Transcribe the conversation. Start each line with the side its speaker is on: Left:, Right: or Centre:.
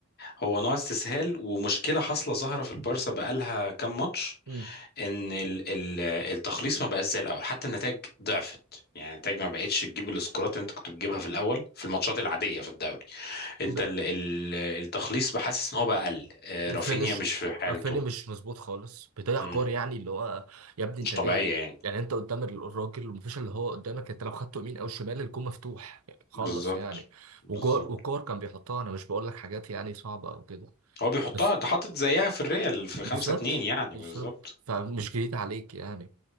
Left: هو نوع استسهال ومشكله حاصله ظاهره في البارسا بقالها كام ماتش
Right: مم.
Left: ان ال- ال- التخليص ما بقاش زي الاول حتى النتائج ضعفت يعني النتائج ما بقتش تجيب السكورات اللي انت كنت بتجيبها في الاول في الماتشات العاديه في الدوري انت
Right: ب-
Left: ال- ال- التخليص بحاسس ان هو بقى اقل آه،
Right: الفينش
Left: رافينيا مش في حالته
Right: رافينيا مش مظبوط خالص بيضيع
Left: مم.
Right: كور يعني اللي هو يا ابني
Left: مش
Right: انت
Left: طبيعيه
Right: جاي
Left: يعني
Right: يعني انت قدام الراجل ومفيش اللي هو قدامك انت لو خدته يمين او شمال الجون مفتوح يعني خلص
Left: بالظبط
Right: يعني
Left: بالظبط
Right: وجو- وكور كان بيحطها انا مش بقول لك حاجات يعني صعبه او كده
Left: هو بيحطها
Right: بس
Left: ده حاطط زيها في الريال في
Right: بالظبط
Left: 5 2 يعني
Right: بالظبط
Left: بالظبط
Right: فمش جديد عليك يعني